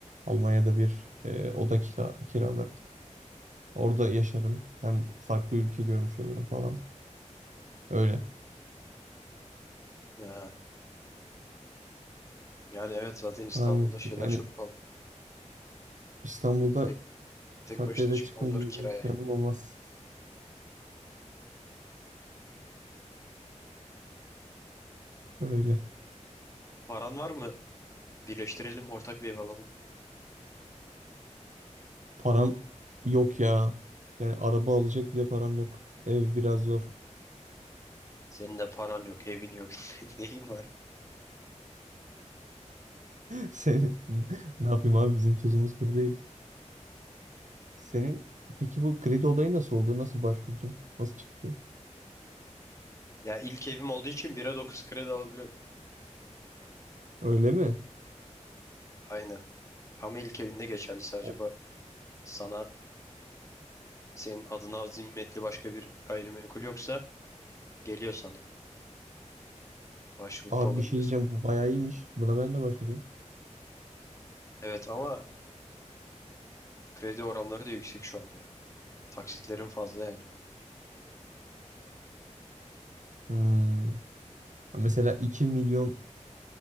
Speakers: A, on the right (about 80°); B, on the left (about 25°).
A: Almanya'da bir e, oda kira, kiralarım. Orada yaşarım. Hem farklı ülke görmüş olurum falan. Öyle.
B: Ya, yani evet zaten İstanbul'da
A: Aynen.
B: şeyler
A: Yani
B: çok pahalı.
A: İstanbul'da
B: Tek, tek
A: farklı
B: başına
A: eve
B: çıkman
A: çıkma
B: zor
A: gibi
B: kiraya.
A: bir planım olmaz. Öyle.
B: Paran var mı? Birleştirelim ortak bir ev alalım.
A: Param yok ya. Yani araba alacak bile param yok. Ev biraz zor.
B: Senin de paran yok, evin yok. <laughs> Neyin var?
A: <laughs> Senin <laughs> ne yapayım abi bizim tuzumuz kuru değil. Senin peki bu kredi olayı nasıl oldu? Nasıl başvurdun? Nasıl çıktı?
B: Ya ilk evim olduğu için 1'e 9 kredi alabiliyorum.
A: Öyle mi?
B: Aynen. Ama ilk evinde geçerli sadece
A: O-
B: bak sana senin adına zimmetli başka bir gayrimenkul yoksa geliyor sana. Başvurup
A: Abi
B: alabiliyorsun.
A: bir şey diyeceğim bu bayağı iyiymiş. Buna ben de başvurayım.
B: Evet ama kredi oranları da yüksek şu an ya. Taksitlerin fazla yani.
A: Hmm. Mesela 2 milyonluk